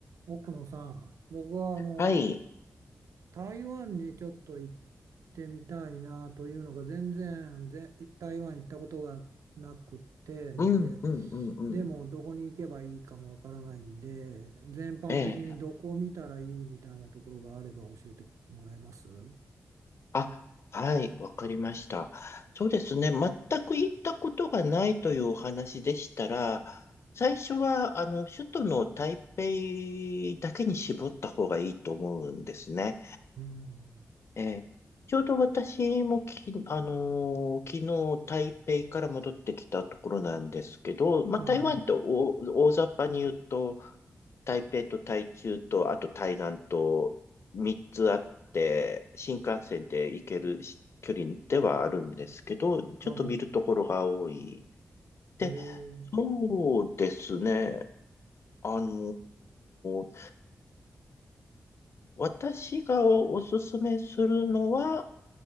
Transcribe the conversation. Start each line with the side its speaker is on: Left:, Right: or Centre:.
Right: 奥野さん、僕はあの
Left: はい。
Right: 台湾にちょっと行ってみたいなというのが全然ぜ台湾行ったことがなくてんで、
Left: うん、うん、うん、
Right: でもどこに行けばいいかもわからないんで、
Left: うん。
Right: 全般的にどこを見たらいいみたいなところがあれば教えてもらえますう
Left: ええ。あ、はい。わかりました。そうですね。全く行ったことがないというお話でしたら、最初は、あの、首都の台北だけに絞った方がいいと思うんですね。
Right: ん。
Left: ええちょうど私もき、あのー昨日台北から戻ってきたところなんですけど、まあ、
Right: あ、
Left: 台湾と大、
Right: はい。
Left: 大雑把に言うと、台北と台中と、あと台南と3つあって、新幹線で行けるし距離ではあるんですけど、ちょっと見るところが多い。
Right: あ、うん
Left: で、
Right: へえ。
Left: そうですね。あのー私がおすすめするのは、